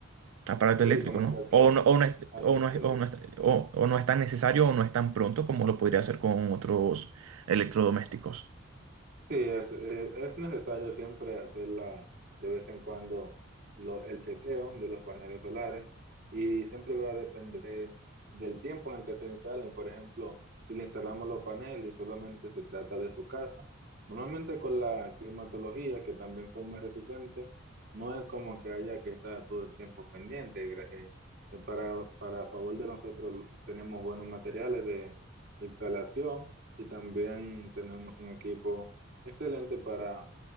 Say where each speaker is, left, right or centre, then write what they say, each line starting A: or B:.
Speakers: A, on the right (about 85°); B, on the right (about 50°).
A: aparato eléctrico,
B: Sí, como
A: ¿no?
B: cualquier
A: O no, o no es,
B: así
A: o no es-
B: hace,
A: o no es- o- o no es tan necesario o no es tan pronto como lo podría hacer con otros electrodomésticos.
B: Sí, es, es, es necesario siempre hacerla de vez en cuando lo, el chequeo de los paneles solares y siempre va a depender del tiempo en el que se instalen. Por ejemplo, si le instalamos los paneles y solamente se trata de su casa, normalmente con la climatología, que también son muy resistentes, no es como que haya que estar todo el tiempo pendiente. Gra- eh, eh, para, para favor de nosotros tenemos buenos materiales de, de instalación y también tenemos un equipo Excelente para,